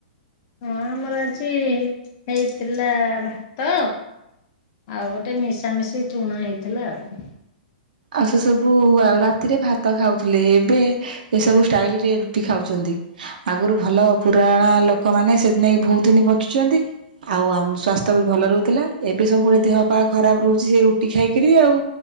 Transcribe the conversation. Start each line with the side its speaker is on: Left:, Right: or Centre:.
Left: ହଁ ଆମର ଆଜି ହେଇଥିଲା ଭାତ ଆଉ ଗୋଟେ ମିଶାମିଶି ତୁଣ ହେଇଥିଲା ଆଉ।
Right: ଆଉ ସେ ସବୁ ଉ ରାତିରେ ଭାତ ଖାଉଥିଲେ ଏବେ ଏସବୁ ଷ୍ଟାଇଲ ରେ ରୁଟି ଖାଉଛନ୍ତି। ଆଗରୁ ଭଲ ପୁରଣା ଲୋକ ମାନ ସେଇଥିନାକି ବହୁତ ଦିନ ବଞ୍ଚୁଛନ୍ତି ଆଉ ଆମ ସ୍ଵାସ୍ଥ୍ୟ ବି ଭଲ ରହୁଥିଲା ଏବେ ସବୁବେଳେ ଦେହପା ଖରାପ ରହୁଛି ସେ ରୁଟି ଖାଇକିରି ଆଉ।